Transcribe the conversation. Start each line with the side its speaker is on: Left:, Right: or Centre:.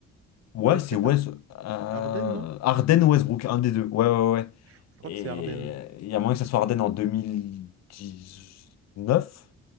Left: Ouais,
Right: Ah,
Left: c'est
Right: peut-être
Left: West...
Right: Ar-
Left: euh,
Right: Harden, non?
Left: Harden ou Westbrook, un des deux. Ouais, ouais, ouais.
Right: Je je crois
Left: Et
Right: que c'est Harden.
Left: euh, il y a moyen que ça soit Harden en deux mille dix-neuf,